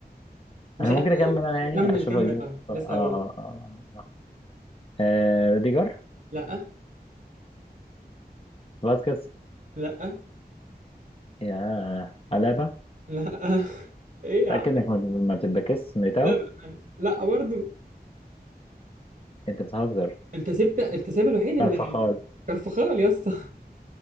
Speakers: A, on the right; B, on the left.
A: مش
B: انا
A: عارف
B: ممكن اكمل انا يعني
A: كمل
B: اشوف
A: كمل
B: اجيبه
A: اه
B: اه
A: لسه
B: اه
A: هقول لك
B: اه اه آه، روديجر
A: لا
B: فاسكيز
A: لا
B: يا علابة
A: لا <laughs> ايه يا
B: تأكد
A: عم
B: انك ما ما بتتبكس ميتاو
A: لا بأمانة. لا برضو
B: انت بتهزر
A: انت سبت انت ساب الوحيد اللي
B: كارفاخال
A: كرفخال يا اسطى <laughs>